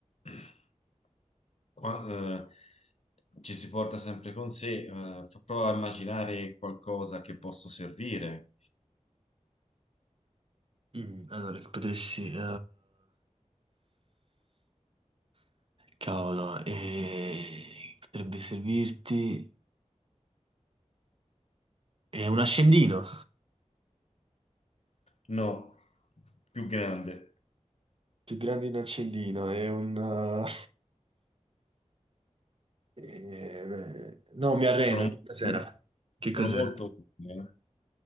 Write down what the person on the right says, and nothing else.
Mm, allora, che potresti... eh, Cavolo, eh, potrebbe servirti... È un accendino.
Più grande di un accendino, è un... eh, eh, no, mi arrendo.
Che cos'era?
Che cos'era?